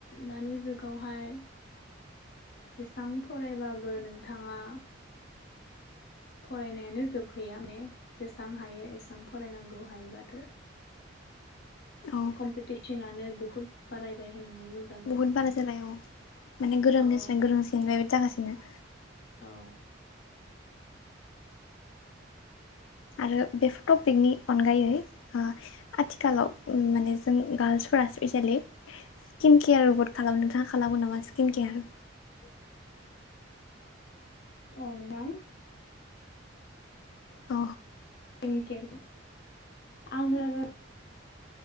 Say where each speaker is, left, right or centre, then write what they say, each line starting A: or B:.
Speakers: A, on the left; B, on the left.
A: दानि जुगावहाय बेसेबां फरायबाबो नोंथाङा फरायनायानो जोबहैया माने जेसेबां हायो एसेबां फरायनांगौ हायोबाथ'
B: औ
A: कम्पिटिसनानो बुहुत बारायबाय होननानै बुंङो।
B: बुहुत बारा जाबाय औ माने गोरोंनिफ्राय
A: औ
B: गोरोंसिन बेबायदि जागासिनो
A: औ
B: आरो बेफोर टपिकनि अनगायै ओ आथिखालाव उम माने जों गार्लस फोर स्पेसियेलि स्किन केयार रबोट खालामनो नोंथाङा खालामो नामा स्किन केयार
A: <unintelligible> औ नोंथां
B: अ
A: बेनि गेर आङो